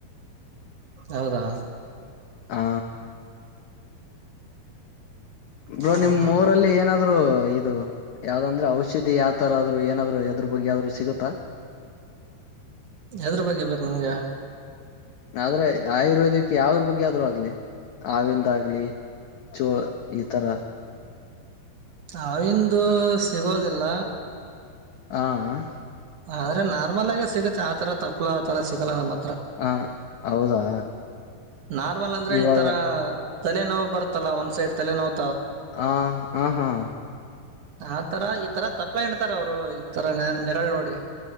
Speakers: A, on the right; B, on the left.
A: ಹೌದಾ
B: ಹಾ ಬ್ರೋ
A: ಹಾ
B: ನಿಮ್ಮ್
A: ಹಾ
B: ಊರಲ್ಲಿ ಏನಾದ ಆದ್ರರು ಇದು ಯಾವ್ದಂದ್ರೆ ಔಷಧಿ ಯಾವ ತರ ಆದ್ರು ಏನಾದ್ರು ಎದ್ರ ಬಗ್ಗೆ ಆದ್ರು ಸಿಗುತ್ತಾ
A: ಎದರ ಬಗ್ಗೆ ಬೇಕು ನಿಮ್ಗೆ
B: ಆದ್ರೆ ಆಯುರ್ವೇದಿಕ್ ಯಾವದರ ಬಗ್ಗೆ ಆದರೂ ಆಗ್ಲಿ ಹಾವಿಂದ ಆಗ್ಲಿ ಚೋ ಈ ತರ
A: ಹಾವಿಂದ ಸಿಗೋದಿಲ್ಲ
B: ಹ
A: ಆದ್ರೆ ನಾರ್ಮಲ್ ಆಗೆ ಸಿಗುತ್ತೆ ಆತರ ತಪ್ಪಲಾ ಆ ತರ ಸಿಗಲ್ಲ ನಮ್ಮ ಹತ್
B: ಹಾ ಹೌದಾ
A: ನಾರ್ಮಲ್ ಅಂದ್ರೆ
B: ಇವಾಗ
A: ಈ ತರ ತಲೆ ನೋವು ಬರ್ತ್ತಲ್ಲಾ ಒಂದ್ ಸೈಡ್ ತಲೆನೋವು
B: ಹಾ ಹ ಹಾ
A: ಆ ತರ ಈತರ ತಪ್ಪಲ ಹಿಂಡತಾರ ಅವರು ಈ ತರ ನ ನೆರಳು ನೋಡಿ